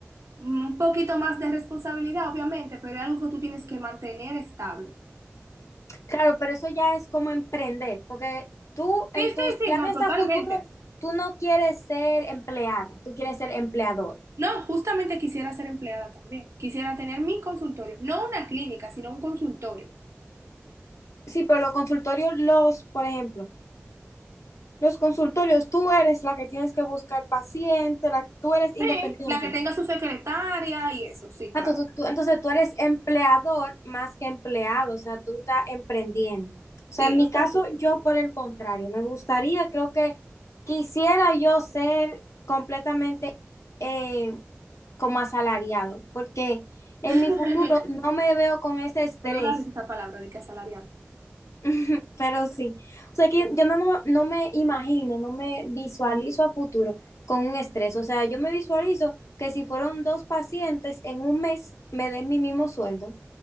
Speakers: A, on the right; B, on the left.
A: un poquito más de responsabilidad, obviamente, pero es algo que tú tienes que mantener estable.
B: Claro, pero eso ya es como emprender, porque tú
A: Sí,
B: en
A: sí,
B: tus planes
A: sí, no, totalmente.
B: a futuro, tú no quieres ser empleada, tú quieres ser empleador.
A: No, justamente quisiera ser empleada también. Quisiera tener mi consultorio, no una clínica, sino un consultorio.
B: Sí, pero los consultorios, los, por ejemplo, los consultorios, tú eres la que tienes que buscar paciente, la, tú eres independiente.
A: Sí, la que tenga su secretaria y eso, sí, claro.
B: sea, tú- tú- tú- entonces tú eres empleador más que empleado, o sea, tú estás emprendiendo. O
A: Sí,
B: sea, en mi caso,
A: eso
B: yo por el contrario, me gustaría, creo que quisiera yo ser completamente eh, como asalariado, porque en
A: sí. <laughs>
B: mi futuro no me veo con ese estrés,
A: Perdón la risa esa palabra de que asalariado.
B: <laughs> pero sí. O sea, que yo no, no, no me imagino, no me visualizo a futuro con un estrés. O sea, yo me visualizo que si fueron dos pacientes en un mes, me den mi mismo sueldo.